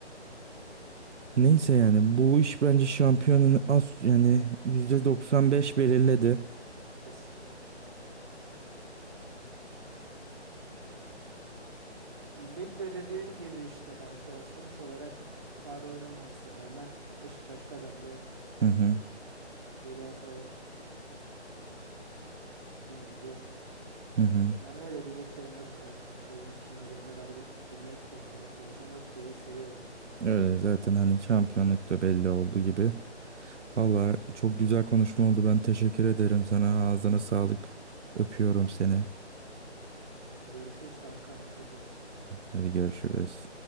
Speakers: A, on the right; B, on the right.
A: Neyse yani bu iş bence şampiyonun az yani %95 belirledi.
B: Kesinlikle. Ligde dediğim gibi işte kanka sonuç olarak sahada oyun olmamasına rağmen Beşiktaş kazandı.
A: Hı hı
B: Önce Galatasaray'da oldu.
A: hı hı.
B: Yani öyle diyeceklerim de bu kadar kanka. Bu maçın nazarında daha da bir cümle kurmaya ihtiyacım yok gibi hissediyorum.
A: Öyle zaten hani şampiyonluk da belli oldu gibi. Valla çok güzel konuşma oldu. Ben teşekkür ederim sana. Ağzına sağlık. Öpüyorum seni.
B: Görüşürüz kankam dikkat et.
A: Hadi görüşürüz.